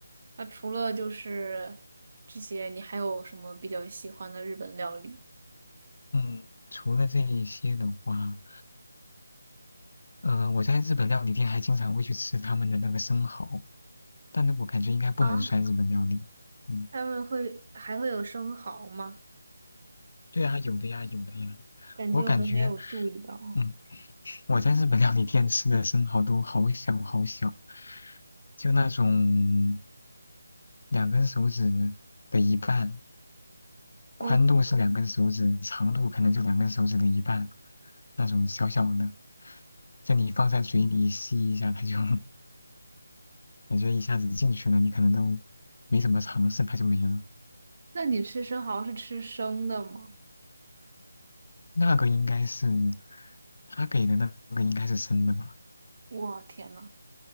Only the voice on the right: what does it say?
那除了就是这些，你还有什么比较喜欢的日本料理？
啊？
他们会还会有生蚝吗？
感觉我都没有注意到。
哦，
那你吃生蚝是吃生的吗？
我天呐，